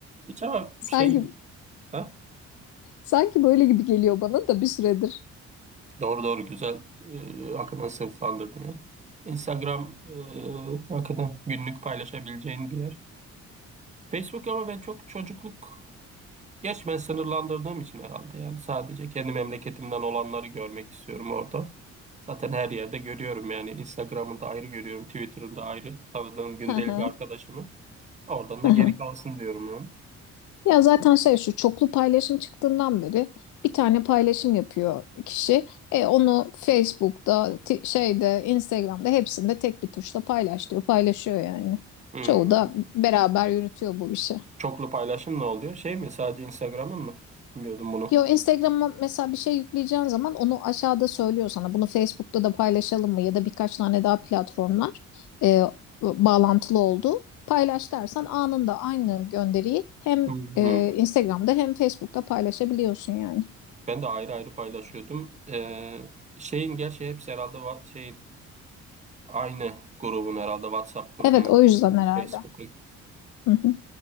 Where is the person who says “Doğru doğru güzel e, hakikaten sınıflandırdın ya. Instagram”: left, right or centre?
Right